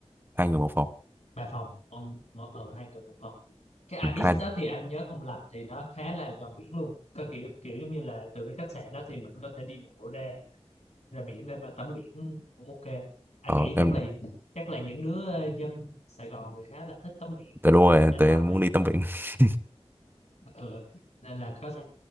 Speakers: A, on the right (about 20°); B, on the left (about 90°).
A: Hai người một phòng.
B: ba phòng ông mỗi ở hai người một phòng cái
A: Ừ,
B: Ibis
A: hai đi.
B: đó thì anh nhớ không lầm thì nó khá là gần biển luôn có kiểu kiểu giống như là từ cái khách sạn đó thì mình có thể đi bộ ra ra biển để mà tắm biển cũng ok anh
A: Ờ,
B: nghĩ
A: em
B: chắc là chắc là những đứa ờ, dân Sài Gòn thì khá là thích tắm biển
A: tại đúng rồi,
B: anh
A: tụi
B: đoán
A: em
B: vậy
A: muốn đi tắm biển. <laughs>
B: <laughs> ừ. nên là có